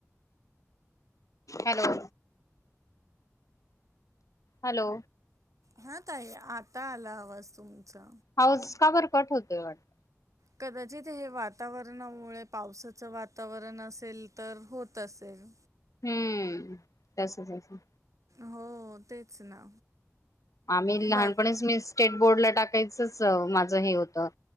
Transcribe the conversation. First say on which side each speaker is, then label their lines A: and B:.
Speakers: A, on the left; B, on the right.
A: हॅलो हॅलो
B: हा त आहे आता आला हवाज तुमचा
A: हाऊस काबर कट होतोय वाटत
B: कदाचित हे वातावरणामुळे पावसाचं वातावरण असेल तर होत असेल
A: हम्म सच स
B: हो तेच ना
A: आम्ही लहानपणीच
B: बा
A: मीस स्टेट बोर्डला टाकायचंच माझं हे होतं-